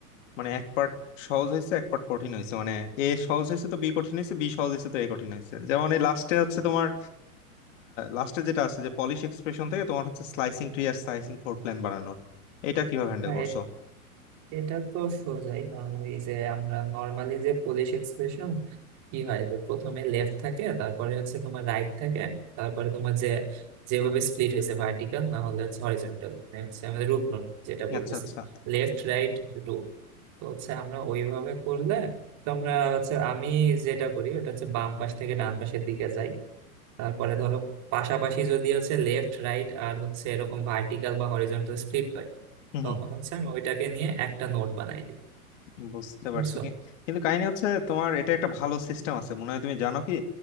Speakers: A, on the left (about 55°); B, on the right (about 40°).
A: মানে এক পার্ট সহজ হয়েছে এক পার্ট কঠিন হয়েছে মানে এ সহজ হয়েছে তো বি কঠিন হয়েছে বি সহজ হয়েছে তো এ কঠিন হয়েছে যেমন এই লাস্টে হচ্ছে তোমার লাস্টে যেটা আছে যে পলিশ এক্সপ্রেশন থেকে তোমার হচ্ছে স্লাইসিং ট্রি আর স্লাইসিং ফোর প্ল্যান বানানোর এটা কিভাবে হ্যান্ডেল
B: না,
A: করছো
B: এ- এটা তো সোজাই কারণ এই যে আমরা নর্মালি যে পোলিশ এক্সপ্রেশন কি হয় যে প্রথমে লেফট থাকে তারপরে হচ্ছে তোমার রাইট থাকে তারপরে তোমার যে যেভাবে স্প্লিট হয়েছে ভার্টিক্যাল না হলে হচ্ছে হরিজন্টাল মানে হচ্ছে আমাদের রুট নোট যেটা বলতেছি
A: আচ্ছা আচ্ছা
B: লেফট রাইট রুট তো হচ্ছে আমরা ওইভাবে করলে তো আমরা হচ্ছে আমি যেটা করি ওটা হচ্ছে বাম পাশ থেকে ডান পাশের দিকে যাই তারপরে ধরো পাশাপাশি যদি হচ্ছে লেফট রাইট আর হচ্ছে এরকম ভার্টিক্যাল বা হরিজন্টাল স্প্লিট পাই
A: হুম
B: তখন হচ্ছে আমি ওইটাকে নিয়ে একটা নোট বানাই দিই
A: হুম, বুঝতে
B: বুঝছো
A: পারছি কি কিন্তু কাহিনী হচ্ছে তোমার এটা একটা ভালো সিস্টেম আছে মনে হয় তুমি জানো কি